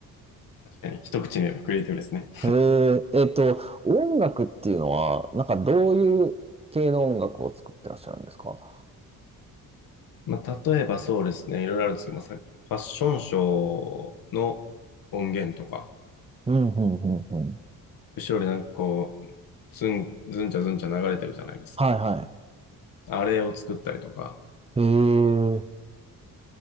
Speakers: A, on the left (about 70°); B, on the right (about 15°).
A: 確かに、一口に言えばクリエイティブですね。
B: へえ。えっと、音楽っていうのは、なんかどういう系の音楽を作ってらっしゃるんですか
A: まあ、例えばそうですね、いろいろあるんですけど、まあ、さファッションショーの音源とか、
B: うん、うん、うん、うん。
A: 後ろでなんかこう、ずん、ずんちゃずんちゃ流れてるじゃないですか。
B: はい、はい。
A: あれを作ったりとか、
B: へえ。